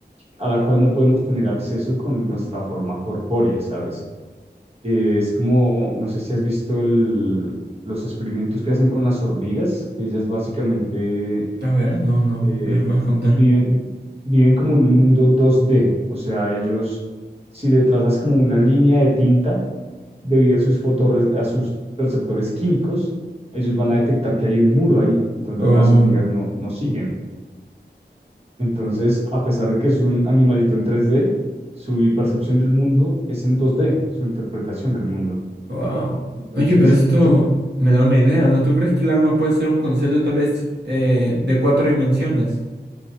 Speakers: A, on the right; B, on the right.
A: A la cual no podemos tener acceso con nuestra forma corpórea, ¿sabes? Eh, es como, no sé si has visto el- los experimentos que hacen con las hormigas, que ellas básicamente
B: A ver, no, no,
A: eh,
B: me los puedes contar.
A: viven, viven como en un mundo 2D, o sea, ellos, si le trazas como una línea de tinta debido a sus fotorre- a sus receptores químicos, ellos van a detectar que hay un muro ahí, entonces
B: Oh,
A: las hormigas no, no siguen. Entonces, a pesar de que es un animalito en 3D, su percepción del mundo es en 2D, su interpretación del mundo.
B: wow.
A: Entonces,
B: Oye, pero esto
A: yo,
B: me da una idea, ¿no? ¿Tú crees que el alma puede ser un concepto tal vez eh, de cuatro dimensiones?